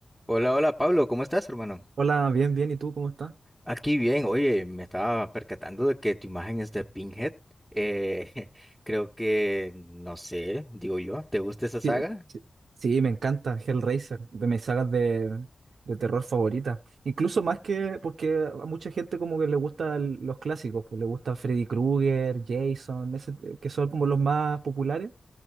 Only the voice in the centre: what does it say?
Hola, hola Pablo, ¿cómo estás, hermano?
Aquí bien, oye, me estaba percatando de que tu imagen es de Pinhead. Eh, <laughs> creo que, no sé, digo yo, ¿te gusta esa saga?